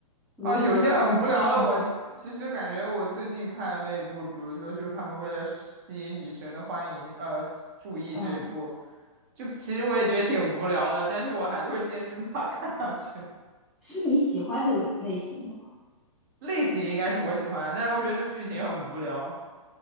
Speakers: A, in the centre; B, on the right.
A: 如坐
B: 哦，有些很无聊的我，
A: <laughs> 如坐针毡。
B: 其其实感觉我最近看的那一部，比如说就是他们为了吸引女神的欢迎，呃，吸注意这一部，
A: 嗯，
B: 就其实我也觉得挺无聊的，但是我还是会坚持把它看下去。
A: 是你喜欢的类型吗？
B: <laughs> 类型应该是我喜欢，但是我觉得剧情很无聊。